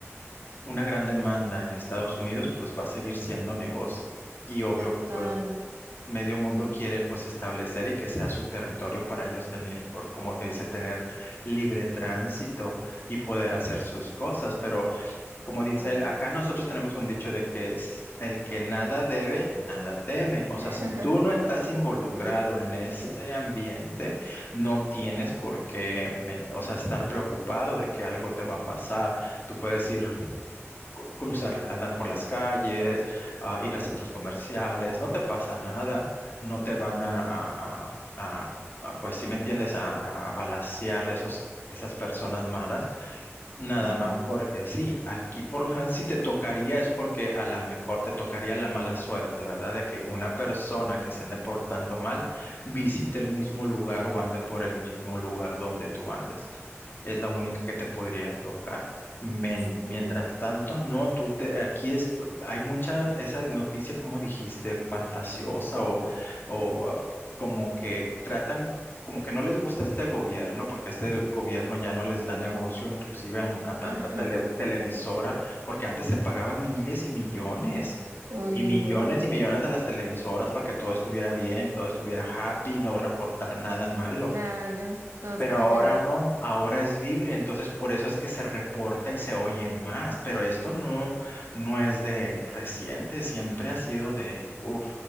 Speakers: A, on the left (about 45°); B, on the right (about 75°).
A: una gran demanda en Estados Unidos, pues va a seguir siendo negocio. Y obvio
B: total,
A: que pues medio mundo quiere pues establecer y que sea su territorio para ellos tener, pues como que dice, tener libre tránsito y poder hacer sus cosas. Pero como
B: total.
A: dice él, acá nosotros tenemos un dicho de que s- el que nada debe, nada teme. O
B: <laughs>
A: sea, si tú no estás involucrado
B: Sí.
A: en ese ambiente, no tienes por qué, men- o sea, estar preocupado de que algo te va a pasar. Tú puedes ir cu- cruzar, andar por las calles, ah, ir a centros comerciales, no te pasa nada, no te van a, a- a- a- a, pues si me entiendes, a, a, a balacear esos, esas personas malas. Nada
B: Ajá.
A: más porque sí, aquí por lo general si te tocaría es porque a lo mejor te tocaría la mala suerte, ¿verdad? De que una persona que se ande portando mal visite el mismo lugar o ande por el mismo lugar donde tú andes. Es la única que te podría tocar. Men-
B: Sí.
A: mientras tanto, no, tú te, aquí es, hay mucha, esa noticia, como dijiste, fantasiosa o, o ah, como que tratan como que no les gusta este gobierno, porque este gobierno ya no les da negocio, inclusive a, mu- a tanta
B: Ajá.
A: tele- televisora, porque antes se pagaban miles y millones,
B: Uy,
A: y millones
B: no.
A: y millones a las televisoras para que todo estuviera bien, todo estuviera happy, no reportar nada malo.
B: Claro, todos
A: Pero
B: callados.
A: ahora no, ahora es libre, entonces por eso es que se reporta y se oye más. Pero esto no, no es de reciente, siempre ha sido de, uf,